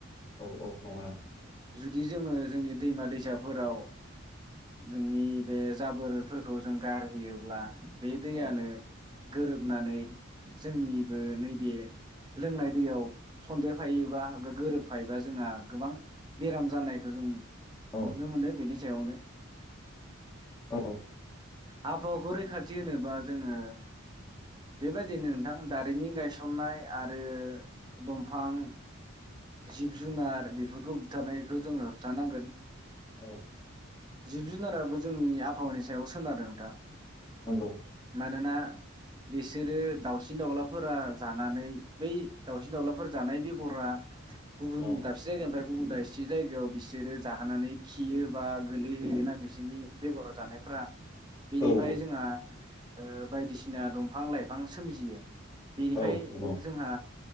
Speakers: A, on the left; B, on the right.
A: औ औ नङा।
B: जुदि जोङो जोंनि दैमा दैसाफोराव जोंनि बे जाबोरफोरखौ जों गारहोयोब्ला। बे दैयानो।
A: औ
B: गोरोबनानै जोंनिबो नैबे लोंनाय दैयाव सन्देरफायोबा गोरोबफायोबा जोंहा गोबां । बेराम जानायखौ जों ।
A: औ
B: नुनो मोनो बेनि सायावनो ।
A: औ औ
B: आबहावाखौ रैखाथि होनोबा जोङो बेबायदिनो नोंथां दारिमिन गायसननाय आरो दंफां जिब जुनार बेफोरखौ होबथानायखौ जोंङो होबथानांगोन।
A: औ
B: जिब जुनाराबो जोंनि आबहावानि सायाव सोनारो नोंथा।
A: नंगौ नंगौ
B: मानोना बिसोरो दाउसिन दाउलाफोरा जानानै बै दाउसिन दाउलाफोर जानाय बेगरा । गुबुन
A: औ
B: दाबसे जायगानिफ्राय । गुबुन दा एसे जायगायाव बिसोरो जाहोनानै खियो बा गोलैहैयोना बिसिनि बेगराव जानायफ्रा बिनिफ्राय
A: ओ
B: जोंहा । ओ बायदिसिना दंफां लाइफां सोमजियो। बेनिफ्राय
A: ओ
B: जोंहा।